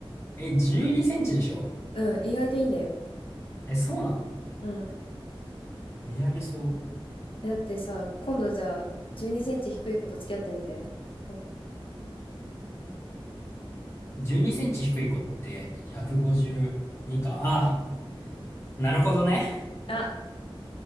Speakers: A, on the left (about 30°); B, on the left (about 65°).
A: え、12センチでしょ。
B: うん、意外といいんだよ。
A: え、そうなの
B: うん。
A: 見上げそ
B: え、だってさ、今度じゃあ、12センチ低い子と付き合ってみて。お
A: う。12センチ低い子って152か。ああ、なるほどね。
B: あ、